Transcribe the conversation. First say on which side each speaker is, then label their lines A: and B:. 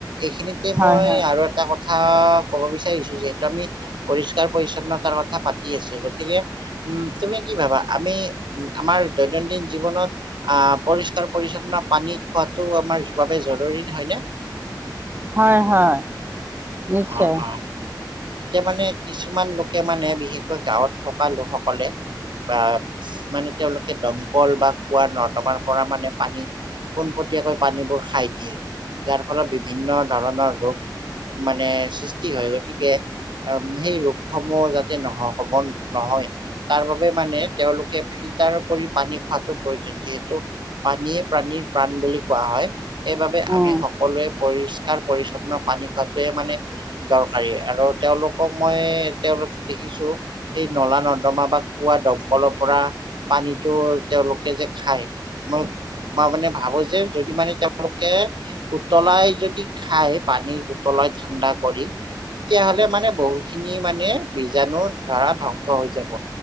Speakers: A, on the right (about 80°); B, on the right (about 25°).
A: এইখিনিত-
B: হয়
A: মই
B: হয়
A: আৰু এটা কথা ক'ব বিচাৰিছো যিহেতু আমি- কাৰ পৰিচছন্নতাৰ কথা পাতি আছো গতিকে উম- তুমি কি ভাবা আমি আমাৰ দৈনন্দিন জীৱনত- আহ পৰিষ্কাৰ পৰিচ্ছন্ন পানী খোৱাতটো আমাৰ বাবে জৰুৰী হয়নে?
B: হয় হয় নিশ্চয়।
A: অ অ এতিয়া মানে কিছুমান লোকে মানে বিশেষকৈ গাঁৱত থকা লোকসকলে বা মানে তেওঁলোকে দমকল বা খোৱা নৰ্দমাৰ পৰা মানে পানী পোনপটীয়াকৈ পানীবোৰ খাই দিয়ে। যাৰ ফলত বিভিন্ন ধৰণৰ ৰোগ মানে সৃষ্টি হয়। গতিকে আৰু সেই ৰোগসমূহ যাতে নহয় হবল নহয়, তাৰ বাবে মানে তেওঁলোকে ফিল্টাৰ কৰি পানী খোৱাতটো প্ৰয়োজন। যিহেতু পানীয়ে প্ৰাণীৰ প্ৰাণ বুলি কোৱা হয়। সেইবাবে আমি
B: উম,
A: সকলোৱে পৰিষ্কাৰ পৰিচ্ছন্ন পানী খোৱাটোৱে মানে দৰকাৰী আৰু তেওঁলোকক মই তেওঁলোকে দেখিছো সেই নলা নৰ্দমা বা কুৱা দমকলৰ পৰা পানীতটো তেওঁলোকে যে খায় মই মই মানে ভাবো যে যদি মানে তেওঁলোকে উতলাই যদি খায় পানী- তললৈ ঠাণ্ডা কৰি তেতিয়াহলে মানে বহু খিনি মানে বীজাণু ধৰা ধ্বংস হৈ যাব।